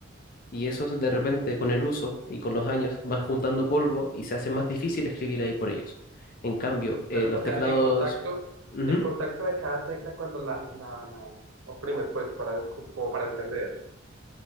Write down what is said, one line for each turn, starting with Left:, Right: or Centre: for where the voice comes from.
Left: y esos de repente con el uso y con los años van juntando polvo y se hace más difícil escribir ahí por ellos. En cambio, eh,
Right: Claro,
Left: los
Right: o sea,
Left: teclados...
Right: el contacto,
Left: Ujú.
Right: el contacto de cada tecla cuando la, la, la oprimes, pues, para, como para entender.